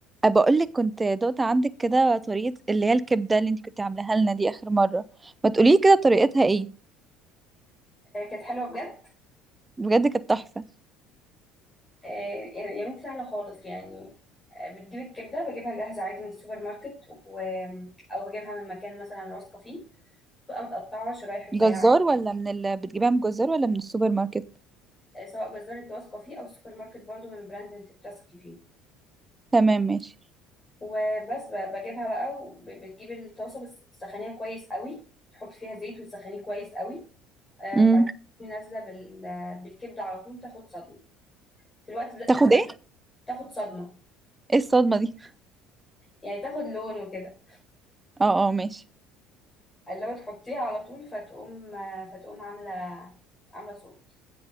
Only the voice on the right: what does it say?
بقولك كنت دقت عندك كده طريقة اللي هي الكبدة اللي انت كنت عاملاها لنا دي آخر مرة ما تقولي كده طريقتها ايه
بجد كانت تحفة
جزار
ولا من ال... بتجيبها من جزار ولا من السوبر ماركت
تمام ماشي
امم
تاخد
ايه
ايه الصدمة دي
اه اه ماشي